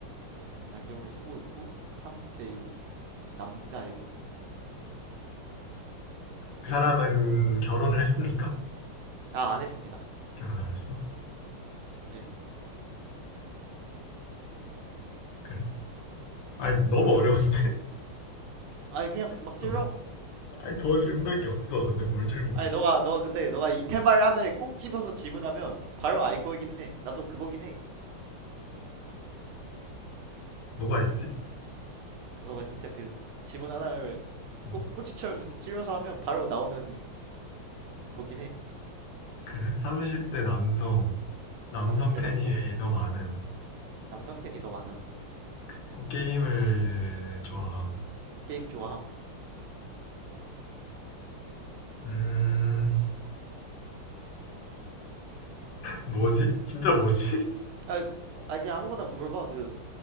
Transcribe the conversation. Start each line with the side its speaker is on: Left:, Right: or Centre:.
Right: 음, 안경을 쓰고 있고 30대이고 남자이고 음, 뭐
Left: 그
Right: 또
Left: 사람은
Right: 물어본 게 있네?
Left: 결혼을 했습니까?
Right: 아, 안 했습니다.
Left: 결혼 안 했어?
Right: 예.
Left: 그래? 아니 너무
Right: 음, 결
Left: 어려운데.
Right: 아니 그냥
Left: <laughs>
Right: 막 질러.
Left: 응. 아, 더 질문할 게 없어. 근데 뭘 질문해?
Right: 아니 너가 너가 근데 너가 이태발 하나를 꼭 집어서 질문하면 바로 알 거긴 해. 나도 그거긴 해.
Left: 뭐가 있지?
Right: 너가 진짜 그 질문 하나를
Left: 응.
Right: 꼭 꼬치처럼 찔러서 하면 바로 나오는 거긴 해.
Left: 그래? 30대
Right: 어.
Left: 남성, 남성
Right: 30대
Left: 팬이
Right: 남성.
Left: 더 많음.
Right: 남성 팬이 더 많음.
Left: 그리고 게임을 좋아함.
Right: 게임 좋아함.
Left: 음, 뭐지? 진짜 뭐지?
Right: 아, 아 그냥 아무거나 물어봐. 그